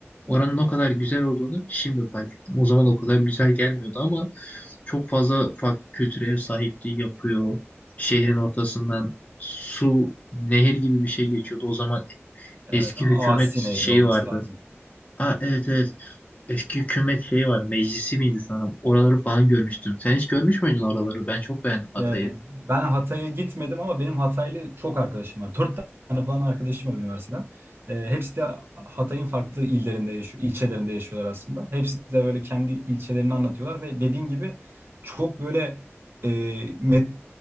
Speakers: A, on the left (about 30°); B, on the right (about 55°).
A: oranın o kadar güzel olduğunu şimdi fark ettim. O zaman o kadar güzel gelmiyordu ama çok fazla farklı kültüre ev sahipliği yapıyor. Şehrin ortasından su, nehir gibi bir şey geçiyordu. O zaman
B: Evet,
A: eski
B: Asi
A: hükümet
B: Nehri
A: şeyi
B: olması
A: vardı.
B: lazım.
A: Aa, evet evet. Eski hükümet şeyi var. Meclisi miydi sanırım? Oraları falan görmüştüm. Sen hiç görmüş müydün oraları? Ben çok beğendim Hatay'ı.
B: Ee, ben Hatay'a gitmedim ama benim Hataylı çok arkadaşım var. Dört tane falan arkadaşım var üniversiteden. Ee, hepsi de Hatay'ın farklı illerinde yaşıyor, ilçelerinde yaşıyorlar aslında. Hepsi de böyle kendi ilçelerini anlatıyorlar ve dediğin gibi çok böyle e, met-